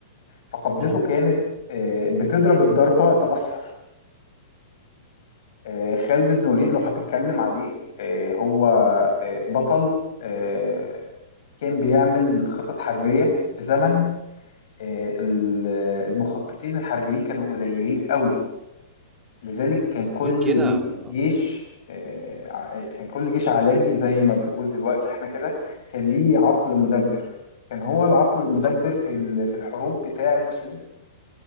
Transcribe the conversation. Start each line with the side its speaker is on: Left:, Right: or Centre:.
Left: فقبضته
Right: اه
Left: كانت آه، بتضرب الضربة تأثر آه، خالد بن وليد لو هتتكلم عليه آه، هو آه، بطل آه، كان بيعمل خطط حربية في زمن آه، ال- المخططين الحربيين كانوا قليلين قوي لذلك كان كل
Right: غير كده
Left: جي- جيش آه، ع- كان كل جيش عالمي زي ما بنقول دلوقتي احنا كده كان ليه عقل مدبر كان هو العقل المدبر
Right: صح
Left: في ال- في الحروب بتاع المسلمين